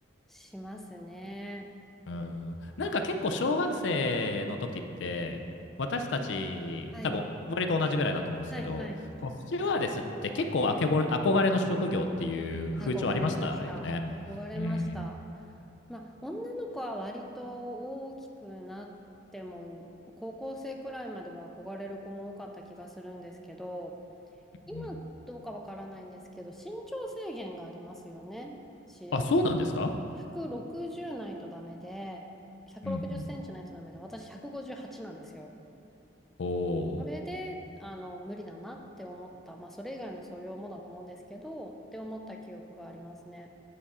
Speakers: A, in the centre; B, on the left (about 70°).
A: しますね。
B: うん、なんか結構小学生の時って、私たち、
A: はい。
B: 多分割と同じぐらいだと思うんですけど、
A: はいはい。
B: こうスチュワーデスって結構あけごれ憧れの職業っていう風潮ありましたよね。
A: 憧れました。憧れました。
B: うん。
A: まあ、女の子は割と大きくなっても、高校生くらいまでは憧れる子も多かった気がするんですけど、今どうかわからないんですけど、
B: うん、
A: 身長制限がありますよね。CS。
B: あ、そうなんですか
A: 160ないとダメで、160センチないとダメで、
B: うんうん。
A: 私158なんですよ。
B: お
A: それで、
B: お。
A: あの、無理だなって思った。まあ、それ以外の素養もだと思うんですけど、って思った記憶がありますね。